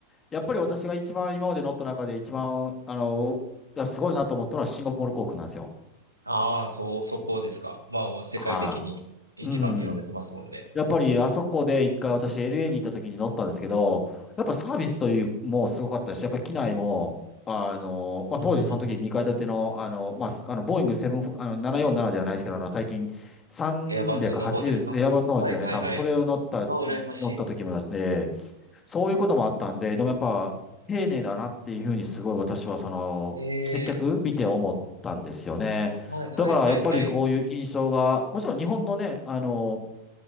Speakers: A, on the left; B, on the right.
A: やっぱり私が一番今まで乗った中で一番、あの、やっぱすごいなと思ったのはシンガポール航空なんですよ。
B: ああ、そう、そこですか。まあもう世界的に一番って言われてますもんね。
A: はい。うん。やっぱりあそこで一回私 LA に行った時に乗ったんですけど、やっぱサービスというもうすごかったし、やっぱり機内も、あの、まあ、
B: うんうんうん
A: 当時その時2階建ての、あの、まあ、すあの、ボーイング7、あの、747ではないですけど、あの、最近380、
B: エアバスの方ですかはいはいはい。
A: エアバスのですよね、多分それを乗った、
B: あ、羨ましい。
A: 乗った時もですね、そういうこともあったんで、でもやっぱ丁寧だなっていうふうにすごい私はその、
B: ええ
A: 接客見て思ったんですよね。
B: はいはいはいはい。
A: だからやっぱりこういう印象が、もちろん日本のね、あの、